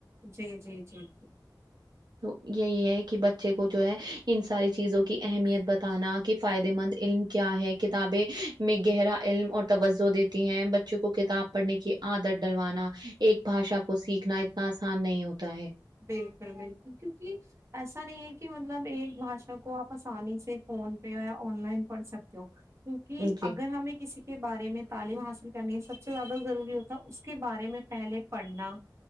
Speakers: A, on the right; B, on the right.
A: جی جی جی جی
B: تو یہی ہے کی بچے کو جو ہے ان ساری چیزوں کی اہمیت بتانا کی فائدے مند علم کیا ہے کتابیں میں گہرا علم اور توجہ دیتی ہیں بچوں کو کتاب پڑھنے کی آدت ڈلوانا ایک بھاشا کو سیکھنا اتنا آسان نہیں ہوتا ہے
A: بالکل بالکل کیونکی ایسا نہیں ہے کی مطلب ایک بھاشا کو آپ آسانی سے فون پے یا آن لائن پڑھ سکتے ہو کیونکی
B: جی
A: اگر ہمیں کسی کے بارے میں تعلیم حاصل کرنی سب سے زیادہ ضروری ہوتا اس کے بارے میں پہلے پڑھنا